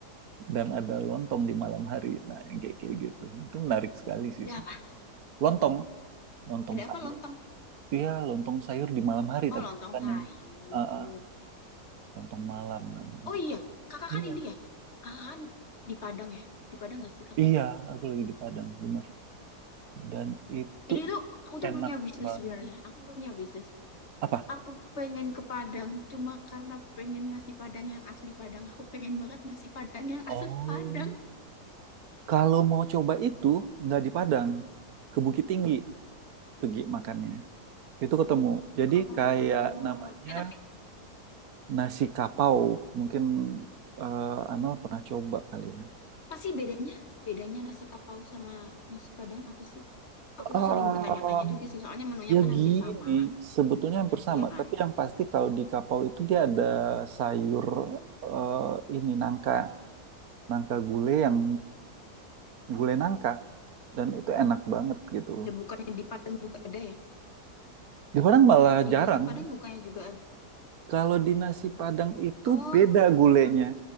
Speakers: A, on the right (about 65°); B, on the left (about 45°).
A: Dan ada lontong di malam hari. Nah, yang kayak kayak gitu. Itu menarik sekali sih.
B: Ada apa?
A: Lontong, lontong
B: Ada
A: sayur.
B: apa lontong?
A: Iya, lontong sayur di malam hari
B: Oh,
A: tapi
B: lontong
A: kan
B: sayur.
A: yang ah, ah, lontong malam namanya.
B: Oh iya, kakak
A: Iya.
B: kan ini ya. Kakak kan di Padang ya. Di Padang gak sih kakak?
A: Iya, aku lagi di Padang, bener. Dan itu
B: Ini tuh aku tuh
A: enak
B: punya bisnis
A: banget.
B: sebenarnya. Aku punya bisnis.
A: Apa?
B: Aku pengen ke Padang cuma karena pengen nasi Padang yang asli Padang. Aku pengen banget nasi Padang yang
A: Oh.
B: asli Padang.
A: Kalau mau coba itu nggak di Padang, ke Bukit Tinggi pergi makannya. Itu ketemu. Jadi
B: Oh,
A: kayak namanya
B: eh tapi
A: nasi kapau. Mungkin eh Amel pernah coba kali ya.
B: apa sih bedanya? Bedanya nasi kapau sama nasi Padang apa sih? Aku
A: Ah.
B: sering bertanya-tanya juga sih, soalnya menunya
A: Ya
B: kan hampir
A: gini,
B: sama,
A: sebetulnya hampir sama.
B: ya kan?
A: Tapi yang pasti kalau di kapau itu dia ada sayur eh, ini nangka, nangka gulai yang gulai nangka, dan itu enak banget gitu.
B: Ya bukannya di Padang juga ada ya?
A: Di Padang malah
B: Di
A: jarang.
B: nasi Padang bukannya juga ada?
A: Kalau di nasi Padang itu
B: Oh,
A: beda gulainya,